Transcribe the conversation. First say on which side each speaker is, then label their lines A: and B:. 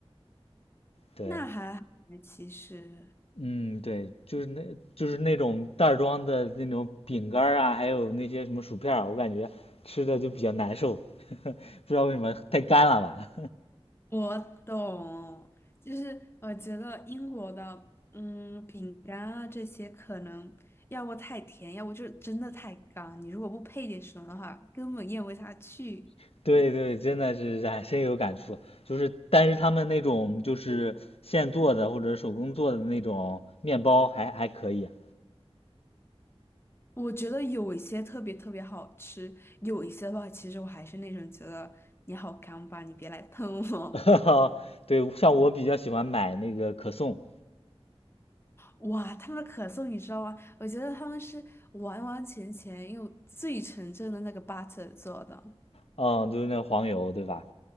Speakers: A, on the left; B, on the left.
A: 对，
B: 那还好，其实。
A: 嗯，对，就是那，就是那种袋装的那种饼干儿啊，还有那些什么薯片儿，我感觉吃的就比较难受，<laughs> 不知道为什么太干了吧？
B: 我懂，就是我觉得英国的，嗯，饼干啊这些可能要不太甜，要不就是真的太干。你如果不配点什么的话，根本咽不下去。
A: <laughs> 对对，真的是哎，深有感触。就是，但是他们那种就是现做的或者手工做的那种面包还还可以啊。
B: 我觉得有一些特别特别好吃，有一些的话，其实我还是那种觉得你好干吧，你别来喷我。
A: <laughs> 对，像我比较喜欢买那个可颂，
B: 哇，他们的可颂你知道吗？我觉得他们是完完全全用最纯正的那个 butter 做的。
A: 嗯，就是那黄油，对吧？